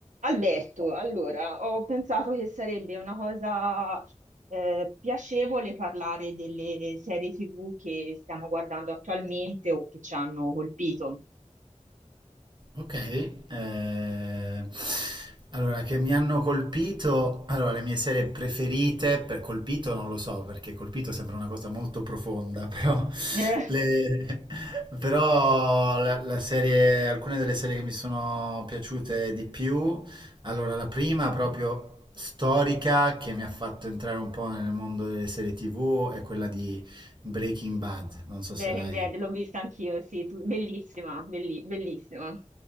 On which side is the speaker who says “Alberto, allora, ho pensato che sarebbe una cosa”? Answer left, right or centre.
Right